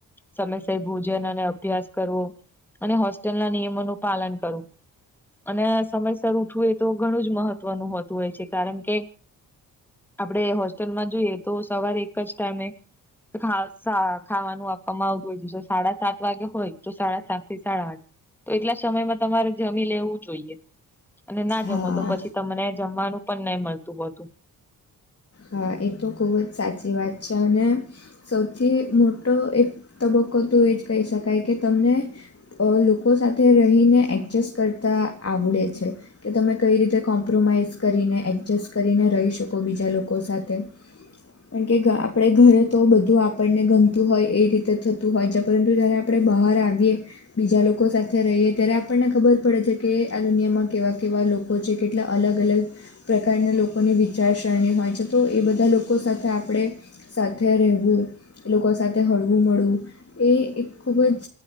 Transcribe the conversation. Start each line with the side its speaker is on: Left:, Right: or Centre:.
Centre: સમયસય ભોજન અને અભ્યાસ કરવો અને હોસ્ટેલ ના નિયમોનું પાલન કરું અને સમયસર ઉઠવું એ તો ઘણું જ મહત્વનું હોતું હોય છે કારણ કે આપણે હોસ્ટેલમાં જોઈએ તો સવારે એક જ ટાઈમે ખા સા ખાવાનું આપવામાં આવતું હોય છે જો સાડા સાત વાગે હોય તો સાડા સાત થી સાડા આઠ તો એટલા સમયમાં તમારે જમી લેવું જોઈએ અને ના જમો
Left: હા
Centre: તો પછી તમને જમવાનું પણ નહી મળતું હોતું.
Left: હા એ તો ખૂબ જ સાચી વાત છે અને સૌથી મોટો એક તબક્કો તો એ જ કહી શકાય કે તમને અ લોકો સાથે રહીને એડજસ્ટ કરતા આવડે છે. કે તમે કઈ રીતે કોમ્પ્રોમાઈઝ કરીને એડજસ્ટ કરીને રહી શકો બીજા લોકો સાથે. તે. કાકે ગા આપણે ઘરે તો બધું આપણને ગમતું હોય એ રીતે થતું હોય છે પરંતુ જ્યારે આપણે બહાર આવીએ બીજા લોકો સાથે રહીએ ત્યારે આપણને ખબર પડે છે કે આ દુનિયામાં કેવા કેવા લોકો કો છે કેટલા અલગ અલગ પ્રકારના લોકોની વિચારસરણી હોય છે. તો એ બધા લોકો સાથે આપણે સાથે રહેવું ઈ લોકો સાથે હળવું મળવું એ એક ખૂબ જ